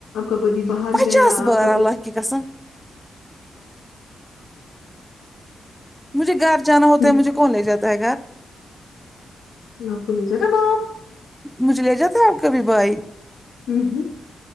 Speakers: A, on the left; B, in the centre.
A: کا پتی باہر
B: پچاس
A: گیا آپ
B: بار
A: کا پتی
B: اللہ کی قسم مجھے گھر جانا ہوتا
A: ہم،
B: ہے مجھے کون لے جاتا ہے گھر
A: آپ کو لے جاتا ہے باہر
B: مجھے لے جاتا ہے آپکا بھی بھائی
A: ہم،